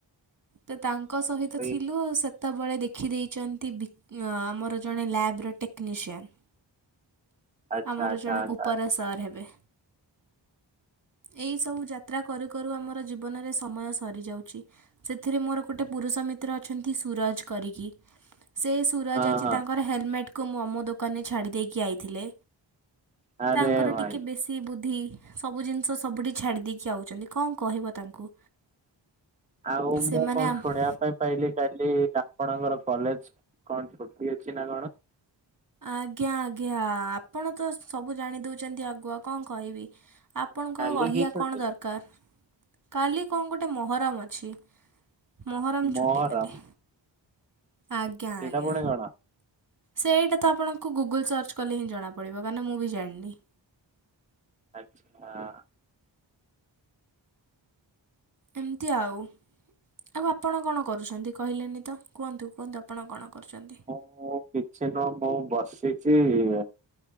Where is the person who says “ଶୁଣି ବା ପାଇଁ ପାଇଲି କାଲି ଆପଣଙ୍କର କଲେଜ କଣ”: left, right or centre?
Right